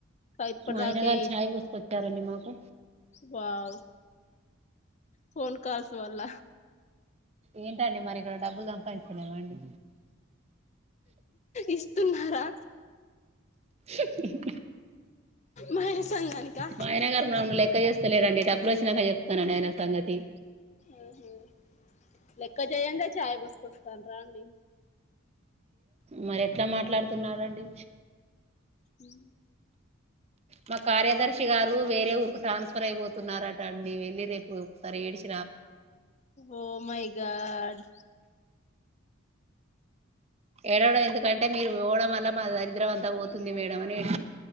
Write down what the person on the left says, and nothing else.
ఇప్పటి
దాకా
వావ్ ఫోన్ కాల్స్ వల్ల.
ఇస్తున్నారా.
మహిళా సంఘానికా
ఉమ్ హ్ లెక్క చేయందే చాయ పోస్కోస్తాండ్రా అండి.
ఉమ్.
Oh my god.